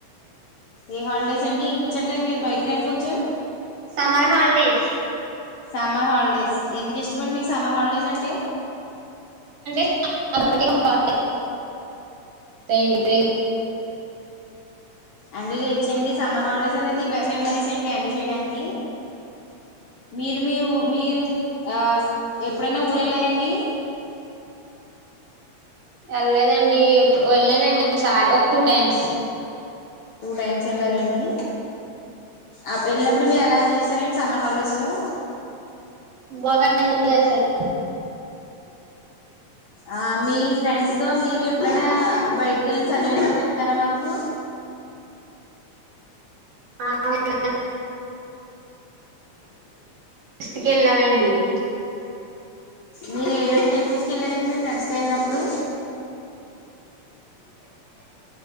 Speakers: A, on the left (about 65°); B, on the right (about 60°).
A: ఏ హాలిడేస్ అండి వినిపించట్లేదు మీరు బయటికి రండి కొంచెం
B: సమర్ హాలిడేస్
A: సమ్మర్ హాలిడేస్ ఎందుకు ఇష్టమండి సమ్మర్ హాలిడేస్ అంటే
B: <unintelligible> ఇంటి
A: అండి తెచ్చేయండి సమ్మర్ హాలిడేస్ అనేది బెస్ట్ మెమరీస్ అండి అన్నీ చేయడానికి మీరు మీ ఊ మీర్ ఆ ఎప్పుడైనా ఊరెళ్ళారండి.
B: ఎళ్లేదండిఎప్పుడ్ వెళ్ళానండి ఒకసారి ఒక టూ టైమ్స్.
A: టూ టైమ్స్ వెళ్ళారండి అప్ ఎలప్పుడు మీరు అలా ఏం చేసారండి సమ్మర్ హాలిడేస్ లో
B: బోగ <unintelligible> చేస్తాడు.
A: ఆ మీ ఫ్రెండ్స్ తో మీరు ఎప్పుడైనా బయటికి వెళ్ళిన సన్నివేశాలు చెప్తారా మాకు
B: ఆకి ఎ వడి <unintelligible>
A: మీరు ఏ ఏ టెంపుల్స్ కి వెళ్ళారండి మీ ఫ్రెండ్స్ తో వెళ్ళినప్పుడు